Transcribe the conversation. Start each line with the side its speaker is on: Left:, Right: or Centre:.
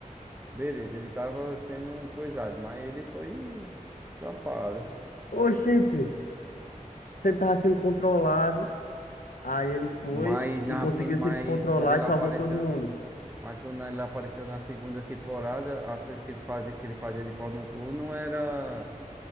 Right: Beleza, ele tava sendo um coisado, mas ele foi safado.
Left: Oxente, se ele tava sendo controlado, aí ele foi
Right: Mas na
Left: e conseguiu
Right: prim... mas
Left: se descontrolar
Right: quando ele
Left: e salvou
Right: apareceu,
Left: todo mundo.
Right: mas quando ele apareceu na segunda temporada, as coisas que ele fazia, que ele fazia de pau no cu não era